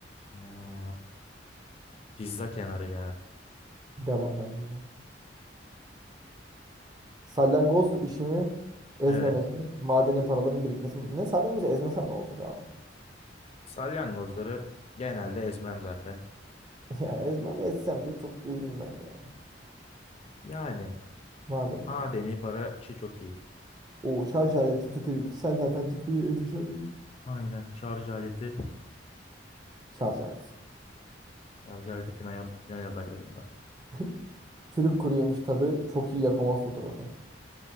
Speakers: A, on the left; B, on the right.
A: Hmm, pizza kenarı ya.
B: Devam bence de. Salyangoz işimi ezmemek
A: Evet.
B: mi? Madeni paraların birikmesi mi? Ne salyangozu ezmesem ne olacak abi? <laughs>
A: Salyangozları genelde ezmem zaten.
B: Ya ezmem ezsem de çok da üzülmem yani.
A: Yani
B: Madeni
A: madeni
B: para.
A: para işi çok iyi.
B: O şarj aleti tükürük. Sen zaten tükürüğü edeceğim.
A: Aynen. Şarj aleti.
B: Şarj aleti.
A: Şarj aleti final, final adaylarında.
B: <laughs> Çürük kuru yemiş tadı çok iyi yakamaz fotoğrafı.